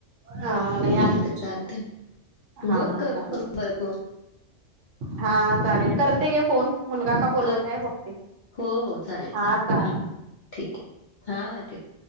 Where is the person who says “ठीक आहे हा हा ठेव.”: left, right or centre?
Left